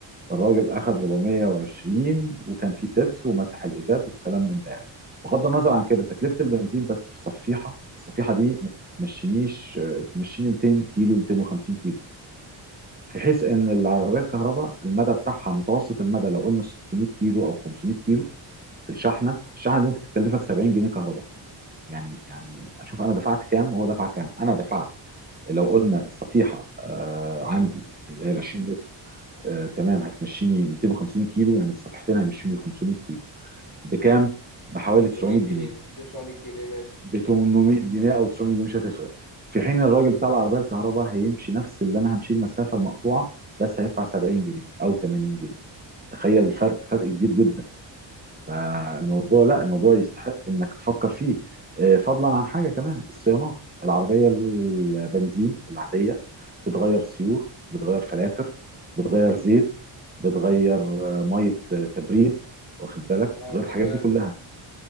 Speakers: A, on the right; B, on the left.
A: الراجل اخد 420 وكان فيه تبس ومسح الازاز والكلام من ده يعني بغض النظر عن كده تكلفه البنزين بس في صفيحه الصفيحه دي ما تمشينيش آه، تمشيني 200 كيلو 250 كيلو في حيث ان العربيه الكهرباء المدى بتاعها متوسط المدى لو قلنا 600 كيلو او 500 كيلو في الشحنه الشحنه دي ممكن تكلفك 70 جنيه كهرباء يعني يعني اشوف انا دفعت كام وهو دفع كام انا دفعت لو قلنا الصفيحه آه
B: اه
A: عندي اللي هي ال 20 لتر آه تمام هتمشيني 250 كيلو يعني الصفيحتين هيمشوني 500 كيلو بكام بحوالي
B: ب 800
A: 900
B: جنيه
A: جنيه
B: 900 جنيه ماشي
A: ب 800 جنيه او 900 جنيه مش هتفرق في حين الراجل بتاع العربيه الكهرباء هيمشي نفس اللي انا همشي المسافه المقطوعه بس هيدفع 70 جنيه او 80 جنيه تخيل الفرق فرق كبير جدا فالموضوع
B: مم.
A: لا الموضوع يستحق انك تفكر فيه آه، فضلا عن حاجه كمان الصيانات العربيه البنزين العاديه بتغير سيور بتغير فلاتر بتغير زيت بتغير آه، ميه آه، تبريد واخد بالك
B: اه
A: بتغير الحاجات
B: تمام
A: دي كلها